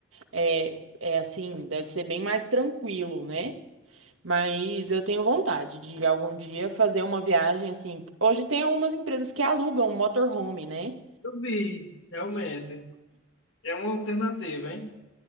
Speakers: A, on the right; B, on the left.
A: É, é assim, deve ser bem mais tranquilo, né? Mas eu tenho vontade de algum dia fazer uma viagem assim. Hoje tem algumas empresas que alugam um motorhome, né?
B: Eu vi, realmente. É uma alternativa, hein?